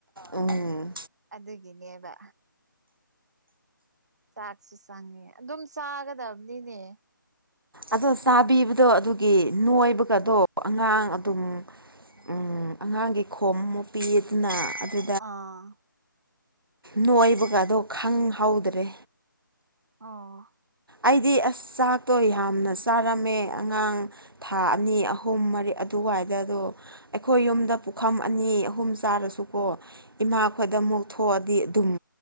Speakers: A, on the right; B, on the right.
A: ꯎꯝ
B: ꯑꯗꯨꯒꯤꯅꯦꯕ ꯆꯥꯛꯁꯨ ꯆꯪꯉꯦ ꯑꯗꯨꯝ ꯆꯥꯒꯗꯥꯕꯅꯤꯅꯦ
A: ꯑꯗꯣ ꯆꯥꯕꯤꯕꯗꯣ ꯑꯗꯨꯒꯤ ꯅꯣꯏꯕꯒꯥꯗꯣ ꯑꯉꯥꯡ ꯑꯗꯨꯝ ꯎꯝ ꯑꯉꯥꯡꯒꯤ ꯈꯣꯝ ꯃꯨꯛ ꯄꯤꯌꯦꯗꯅ ꯑꯗꯨ
B: ꯑꯥ
A: ꯅꯣꯏꯕꯒꯗꯣ ꯈꯪ-ꯍꯧꯗ꯭ꯔꯦ
B: ꯑꯣ
A: ꯑꯩꯗꯤ ꯑꯁ ꯆꯥꯛꯇꯣ ꯌꯥꯝꯅ ꯆꯥꯔꯝꯃꯦ ꯑꯉꯥꯡ ꯊꯥ ꯑꯅꯤ ꯑꯍꯨꯝ ꯃꯔꯤ ꯑꯗꯨꯋꯥꯏꯗꯥꯗꯣ ꯑꯩꯈꯣꯏ ꯌꯨꯝꯗ ꯄꯨꯈꯝ ꯑꯅꯤ ꯑꯍꯨꯝ ꯆꯥꯔꯁꯨꯀꯣ ꯏꯃꯥꯈꯣꯏꯗ ꯑꯃꯨꯛ ꯊꯣꯛꯑꯗꯤ ꯑꯗꯨꯝ